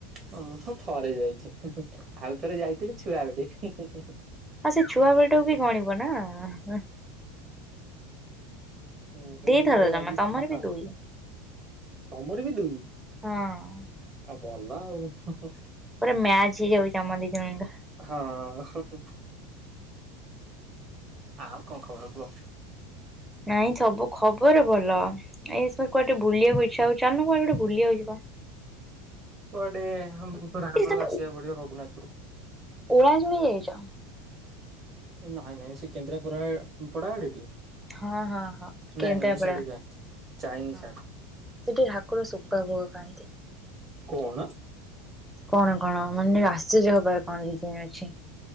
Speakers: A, on the right; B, in the centre.
A: ମୁତ ଥରେ ଯାଇଚି ହୁଁ ହୁଁ ଆଉ ଥରେ ଯାଇଥିଲି ଛୁଆ ବେଳେ ହୁଁ ହୁଁ ହୁଁ।
B: ଆଉ ସେଛୁଆ ବେଳଠୁବି ଗଣିବନା ଆଁ ହାଁ।
A: ହଁ ଏଇ
B: ଦିଥର
A: ଦୁଇଥର ଯାଇଚି
B: ଜମା ତମର
A: <unintelligible>
B: ବି ଦୁଇ
A: ତମରବି ଦୁଇ।
B: ହଁ।
A: ଆଉ ଭଲ ଆଉ ହୁଁ ହୁଁ।
B: ପୁରା ମ୍ୟାଚ୍ ହେଇଯାଉଚି ଆମ ଦିଜଣଙ୍କର।
A: ହଁ ହୁଁ ହୁଁ ଆଉ କଣ ଖବର କୁଅ?
B: ନାଇଁ ସବୁ ଖବର ଭଲ ଏଇସବୁ କୁଆଡ଼େ ଟିକେ ବୁଲିଆକୁ ଇଚ୍ଛା ହଉ ଚାଲୁନ କୁୁଆଡ଼େ ଗୋଟେ ବୁଲିିଆକୁ ଯିବା।
A: କୁଆଡେ ହଁ ମୁତ <unintelligible>
B: ଏଠି ତମେ
A: ଆସିବାକୁ ପଡ଼ିବ ରଘୁନାଥପୂରୁ।
B: ଓଳାଶୁଣି ଯାଇଚ?
A: ନାଇଁ ନାଇଁ ସେ କେନ୍ଦ୍ରାପରା ପଡ଼ାଆଡ଼େକି?
B: ହଁ ହଁ ହଁ କେନ୍ଦ୍ରାପଡା।
A: ନାଇଁ ନାଇଁ ମୁଁ ସିଆଡ଼େ ଯା ଯାଇନି
B: ହଁ।
A: ସିଆଡ଼େ।
B: ସେଠି ଠାକୁର ଶୁଖୁଆ ଫୁକୁଆ ଖାଆନ୍ତି।
A: କଣ?
B: କଣ କଣ ମାନେ ଆଶ୍ଚର୍ଯ୍ୟ ହବାର କଣ ରିଜିନ୍ ଅଛି?